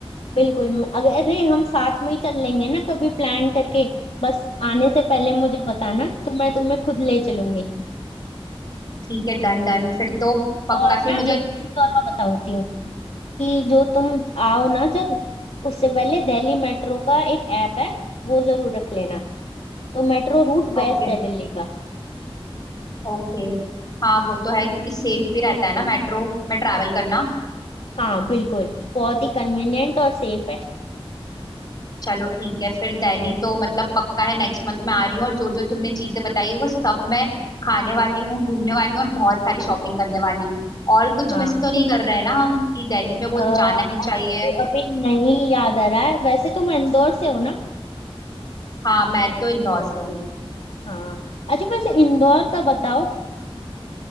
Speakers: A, on the left (about 90°); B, on the left (about 40°).
A: बिल्कुल म- अगर अरे हम साथ में ही चल लेंगे ना कभी प्लान करके बस आने से पहले मुझे बताना तो मैं तुम्हें खुद ले चलूंगी
B: ठीक है Done done फिर तो पक्का
A: और
B: फिर
A: ना
B: मुझे
A: एक चीज और मैं बताती हूँ कि जो तुम आओ ना जब उससे पहले दिल्ली मेट्रो का एक ऐप है वो जरूर रख लेना तो मेट्रो रूट बेस्ट
B: ओके
A: है दिल्ली का
B: ओके हाँ वो तो है क्योंकि सेफ भी रहता है ना मेट्रो में ट्रैवल करना
A: हाँ बिल्कुल बहुत ही कन्वीनियंट और सेफ है
B: चलो ठीक है फिर दिल्ली तो मतलब पक्का है नेक्स्ट मंथ में आ रही हूँ और जो जो तुमने चीजें बताई है वो सब मैं खाने वाली हूँ घूमने वाली हूँ और बहुत सारी शॉपिंग करने वाली हूँ और कुछ
A: हाँ
B: मिस तो नहीं कर रहे हैं ना हम कि दिल्ली में वो
A: अ,
B: जाना ही
A: और
B: चाहिए
A: अभी नहीं याद आ रहा है वैसे तुम इंदौर से हो ना
B: हाँ मैं तो इंदौर से हूँ
A: हाँ अच्छा वैसे इंदौर का बताओ